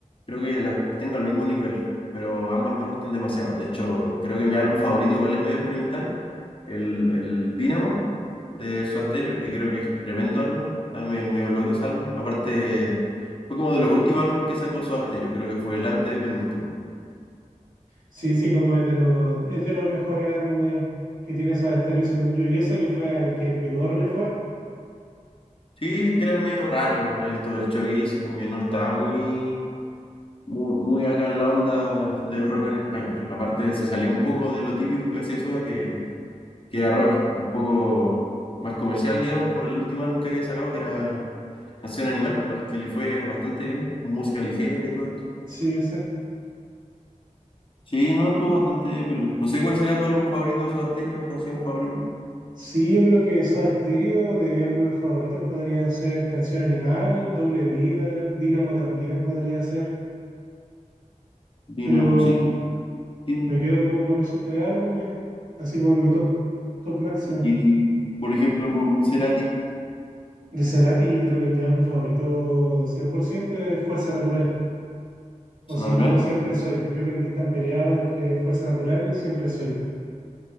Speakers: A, on the left; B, on the right.
A: creo que las tengo al mismo nivel, pero ambas me gustan demasiado. De hecho, creo que mi álbum favorito igual es medio experimental, el, el Dynamo de Soda Stereo, que creo que es tremendo álbum, está me- medio loco ese álbum. Aparte, fue como de los últimos álbumes que sacó Soda Stereo, creo que fue el antepenúltimo.
B: Sí, sí, como es de los, es de los mejores álbumes que tiene Soda Stereo según yo, y eso que fue al que peor le fue.
A: Sí, es que era medio raro esto del showcase, como que no estaba muy, muy, muy acá en la onda del rock en español. Aparte, se salió un poco de lo típico que hacía Soda, que que era rock, un poco más comercial, digamos, por el último álbum que había sacado, que era Canción Animal, al que le fue bastante bien, música ligera y todo esto.
B: Sí, exacto.
A: Sí, no, estuvo bastante piola. No sé cuál será tu álbum favorito de Soda Stereo, canción favorita.
B: Sí, yo creo que Soda Stereo de mis álbumes favoritos podrían ser Canción Animal, Doble Vida, Dínamo también podría ser,
A: Dinamo,
B: pero...
A: sí, entiendo.
B: Me quedo como con esos tres álbumes, así como en mi top, top máximo.
A: Y, por ejemplo, con Cerati,
B: De Cerati, yo creo que mi álbum favorito 100% es Fuerza Natural, o
A: Fuerza
B: si
A: Natural.
B: no, Siempre Soy. Yo creo que están peleados entre Fuerza Natural y Siempre Soy.